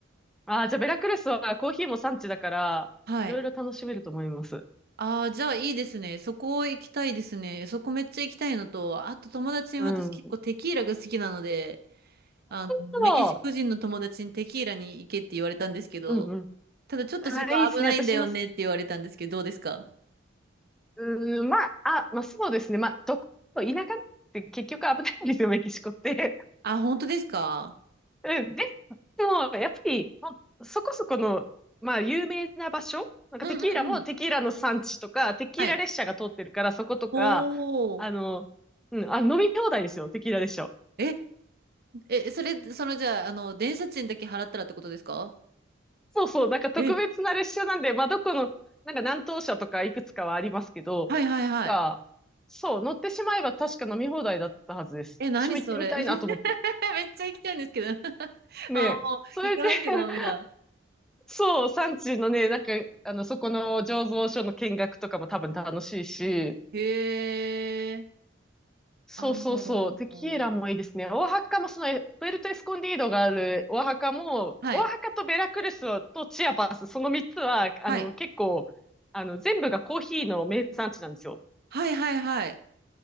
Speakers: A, in the centre; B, on the right.
A: ああー、じゃあベラクルスはコーヒーも産地だから、
B: はい。
A: いろいろ楽しめると思います。
B: ああ、じゃあいいですね。そこ行きたいですね。そこめっちゃ行きたいのと、あと友達に私結構テキーラが好きなので、
A: うん。本
B: あの、
A: 当
B: メキシコ人の友達にテキーラに行けって言われたんですけど、
A: うんうん。
B: ただちょっとそこ危ないんだよねって言われたんですけど、
A: ああ、いいですね。私も好き、
B: どうですか
A: うーん、まあ、あ、まあそうですね。まあ、どこ、田舎って結局危ないんですよ、メキシコって。
B: あ、本当ですか
A: うん、で、でも、やっぱり、まあそこそこの、まあ、有名な場所、なんかテキーラもテキーラの産地とか、
B: うんうんうん。
A: テキーラ列車が通ってるから、
B: はい。
A: そことか、
B: おー。
A: あの、うん、あ、飲み放題ですよ、テキーラ列車。
B: え、え、それ、その、じゃあ、あの、電車賃だけ払ったらってことですか
A: そうそう、なんか特別な列車なんで、
B: え、
A: まあ、どこの、なんか南東車とかいくつかはありますけど、
B: はいはいはい。
A: が、そう、乗ってしまえば確か飲み放題だったはずです。
B: え、何それ
A: 私も行ってみたいなと思って。
B: <laughs> めっちゃ行きたいんですけど <laughs>
A: ねえ、
B: あ、もう、
A: それで
B: 行かなきゃダメだ。
A: <laughs> そう、産地のね、なんか、あの、そこの醸造所の見学とかも多分楽しいし、
B: へえ。
A: そうそうそう、
B: あ、もう、
A: テキーラもいいですね。オアハカもその、プエルトエスコンディードがあるオアハカも、
B: はい。
A: オアハカとベラクルスとチアパス、その3つは、あの、
B: はい。
A: 結構、あの、全部がコーヒーの名産地なんですよ。
B: はいはいはい。